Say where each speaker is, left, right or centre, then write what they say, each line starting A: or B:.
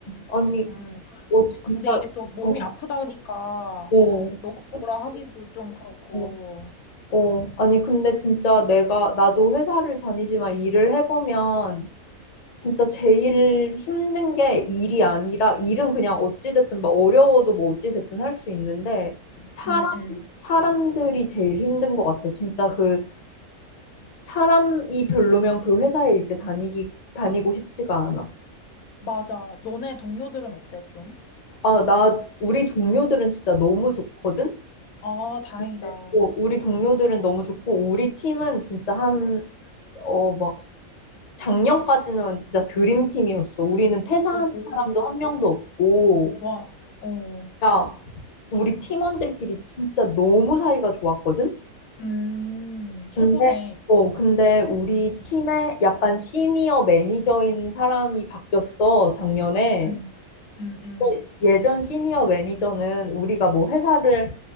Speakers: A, on the left; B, on the left.
A: 아니,
B: 음, 그래서
A: 어, 진짜,
B: 근데 이게 또 몸이
A: 어,
B: 아프다니까
A: 어,
B: 너무
A: 그치.
B: 뭐라 하기도 좀 그렇고.
A: 어, 어. 아니, 근데 진짜 내가, 나도 회사를 다니지만 일을 해보면 진짜 제일 힘든 게 일이 아니라 일은 그냥 어찌됐든 막 어려워도 뭐 어찌됐든 할 수 있는데 사람
B: 음, 음.
A: 사람들이 제일 힘든 것 같아. 진짜 그 사람이 별로면 그 회사에 이제 다니기 다니고 싶지가 않아.
B: 맞아. 너네 동료들은 어때 좀?
A: 아, 나 우리 동료들은 진짜 너무 좋거든.
B: 아, 다행이다.
A: 근데, 어, 우리 동료들은 너무 좋고 우리 팀은 진짜 한 어 막 작년까지는 진짜 드림팀이었어. 우리는 퇴사하는
B: 오,
A: 사람도 한 명도 없고.
B: 와, 어.
A: 야, 우리 팀원들끼리 진짜 너무 사이가 좋았거든?
B: 음, 최고네.
A: 근데, 어, 근데 우리 팀에 약간 시니어 매니저인 사람이 바뀌었어, 작년에.
B: 음, 음, 음,
A: 근데 예전 시니어 매니저는 우리가 뭐 회사를